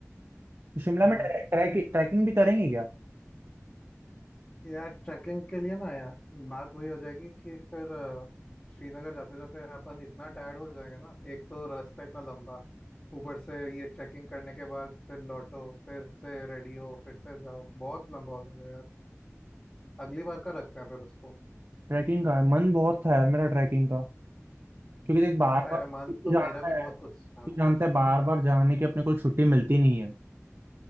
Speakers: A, on the right (about 50°); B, on the left (about 30°).
A: तो शिमला
B: हम्म
A: में ट्रै, ट्रैक, ट्रैकिंग भी करेंगे क्या
B: यार ट्रैकिंग के लिए ना यार बात वही हो जाएगी कि फिर अ, श्रीनगर जाते जाते अपन इतना टायर्ड हो जाएंगे ना एक तो रास्ता इतना लंबा ऊपर से ये ट्रैकिंग करने के बाद फिर लौटो फिर से रेडी हो फिर से जाओ बहुत लंबा हो जाएगा यार अगली बार का रखते हैं फिर उसको
A: ट्रैकिंग का मन बहुत था यार मेरा ट्रैकिंग का क्योंकि देख बार
B: पता
A: बार
B: है
A: तू
B: मन तो
A: जानता
B: मेरा भी
A: है
B: बहुत कुछ
A: तू
B: था
A: जानता है बार बार जाने की अपने को छुट्टी मिलती नहीं है